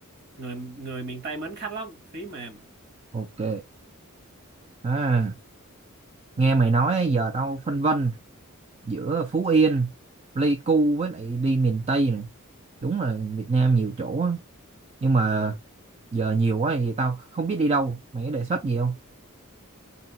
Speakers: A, on the right; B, on the right.
A: người người miền Tây mến khách lắm phí mềm
B: ok à nghe mày nói á, giờ tao phân vân giữa Phú Yên Pleiku với lại đi miền Tây này đúng là Việt Nam nhiều chỗ á. nhưng mà giờ nhiều quá thì tao không biết đi đâu mày có đề xuất gì không